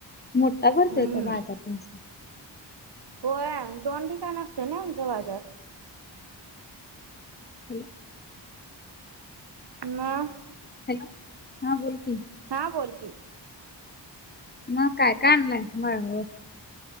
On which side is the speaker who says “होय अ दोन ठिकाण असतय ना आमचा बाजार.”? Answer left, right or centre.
Right